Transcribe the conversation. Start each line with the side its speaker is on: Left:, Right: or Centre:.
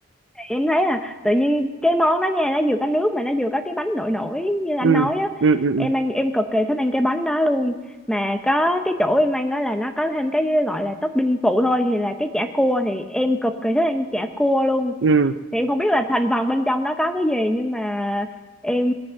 Centre: thì em thấy là tự nhiên cái món đó nha nó vừa có nước mà nó vừa có cái bánh nổi nổi như anh
Right: ừ
Centre: nói á
Right: ừ ừ,
Centre: em
Right: ừ.
Centre: ăn em cực kỳ thích ăn cái bánh đó luôn mà có cái chỗ em ăn đó là nó có thêm cái gọi là topping phụ thôi thì là cái chả cua thì em cực kỳ thích ăn chả cua luôn
Right: ừ.
Centre: thì em không biết là thành phần bên trong đó có cái gì nhưng mà em